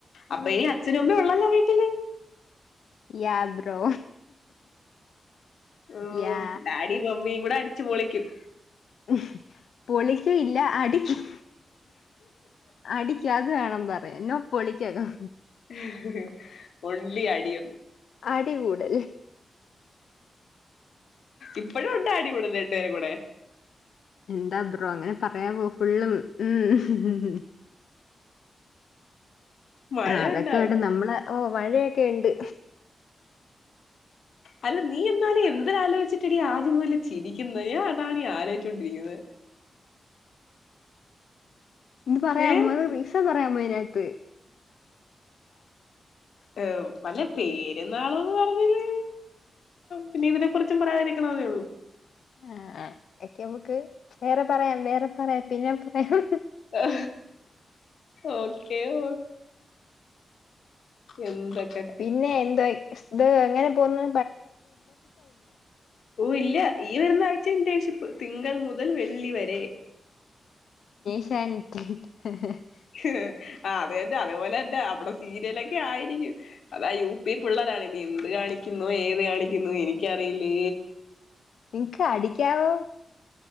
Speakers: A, on the left (about 70°); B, on the left (about 85°).
A: അപ്പൊ
B: ഉം
A: ഇനി അച്ഛനും അമ്മേം ഉള്ളല്ലോ വീട്ടില്
B: യാ ബ്രോ
A: ഓ
B: യാ
A: ഡാഡി മമ്മി കൂടെ അടിച്ചു പൊളിക്കും
B: ഉ പൊളിക്കയില്ല അടിക്കും അടിക്ക അത് വേണം പറയാൻ എന്നോ പൊളിക്കണം
A: ഹിഹി ഒൺലി അടിയന്ന
B: അടി കൂടുൽ
A: ഇപ്പഴും ഉണ്ട് അടി കൂടെല്ല രണ്ടുപേരും കൂടെ
B: എന്താ ബ്രോ അങ്ങനെ പറയാവോ ഫുള്ളും ഉം
A: മഴയുണ്ടോ
B: അതൊക്കെ
A: അവിടെ
B: വേണ്ട നമ്മള് ഓ മഴയൊക്കെ ഉണ്ട്
A: അല്ല നീ എന്നാലേ എന്തല ആലോചിച്ചിട്ടിട ആതുപോലെ ചിരിക്കുന്ന അതാണ് ആലോചിച്ചോണ്ടിരിക്കുന്നത്
B: ഇത് പറയാം
A: ഏഹ്
B: മോന് റീസൺ പറയാമോ അതിനകത്തു
A: ഏ വല്ല പേര് നാളും പറഞ്ഞല് പിന്നെ ഇതിനെ കുുറിച്ചും പറയാതിരിക്കണെന്നേ ഉള്ളൂ <inaudible>
B: ആ, ഒക്കെ നമുക്ക് വേറെ പറയാം വേറെ പറയാം പിന്നെ പറയാം
A: ആ ഓക്കെ ഓ എന്തൊക്ക
B: പിന്നെ എന്തോ ഇത് എങ്ങനെ പോന്നെ
A: ഓ ഇല്ല ഈ വരുന്ന ആഴ്ച ഇന്റേൺഷിപ്പ് തിങ്കൾ മുതൽ വെള്ളി വരെ
B: ശാാനിക്ക <unintelligible>
A: ആ <unintelligible> അതെതെ അതേപോലെന്നെ അവിടെ സീരിയലൊക്കെ ആയിരിക്കും അതാ യു പി പിള്ളേരാണ് ഇനി എന്ത് കാണിക്കുന്നു ഏത് കാണിക്കുന്നു എനിക്കറിയില്ലേ
B: നിനക്ക് അടിക്കാവോ